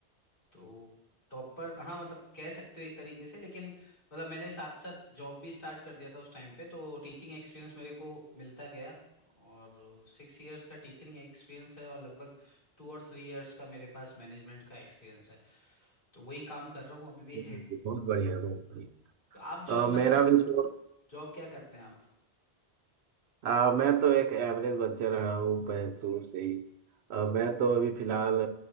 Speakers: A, on the left; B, on the right.
A: तो टॉप पर हाँ मतलब कह सकते हो एक तरीके से लेकिन मतलब मैंने साथ साथ जॉब भी स्टार्ट कर दिया था उस टाइम पे तो टीचिंग एक्सपीरियंस मेरे को मिलता गया और सिक्स इयर्स का टीचिंग एक्सपीरियंस है और लगभग टू और थ्री इयर्स का मेरे पास मैनेजमेंट का एक्सपीरियंस है तो वही काम कर रहा हूँ अभी भी
B: जी, बहुत बढ़िया बहुत बढ़िया
A: <laughs> तो आप जॉब
B: अ, मेरा
A: मतलब
B: भी तो
A: जॉब क्या करते हैं आप
B: अ, मैं तो एक एवरेज बच्चा रहा हूँ पह- शुरू से ही अ, मैं तो अभी फिलहाल